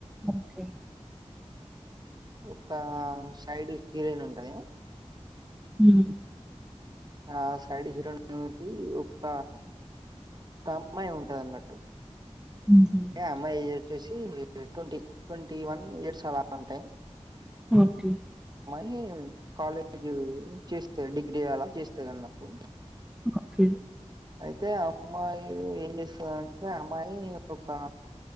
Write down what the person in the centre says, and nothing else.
ఓకే
హ్మ్మ్
హుహు.
ఓకే
ఓకే